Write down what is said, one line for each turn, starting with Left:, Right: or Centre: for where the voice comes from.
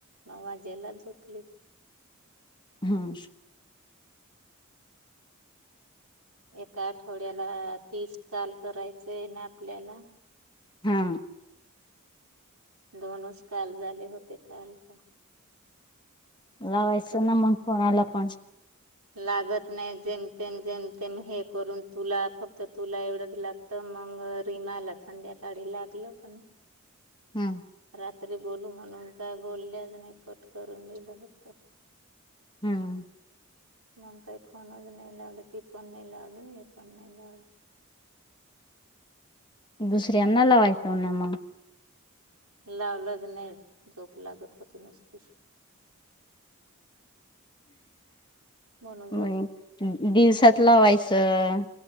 Right: नऊ वाजेला झोकली.
Left: हम्म
Right: एका आठवड्याला तीस काल करायचं आहे ना आपल्याला?
Left: हा
Right: दोनच कॉल झाले होते काल का
Left: लावायचं
Right: तर
Left: ना मग कोणाला पण
Right: लागत नाही जेमतेम जेमतेम हे करून तुला फक्त तुला एवढंच लाग तर मग रीमाला संध्याकाळी लागलं पण
Left: हम्म
Right: रात्री बोलू म्हणून काय बोलल्यात नाही कट करून दिेलं होत.
Left: हम्म.
Right: मग काही फोनच नाही लावले पी फोन नाही लावले नाही फोन नाही लावल.
Left: दुसऱ्या अण् लावायचंो ना मग
Right: लावलंच नाही झोप लागत होत नुसतीस म्हणून
Left: मग
Right: जतो.
Left: दिवसात लावायचं.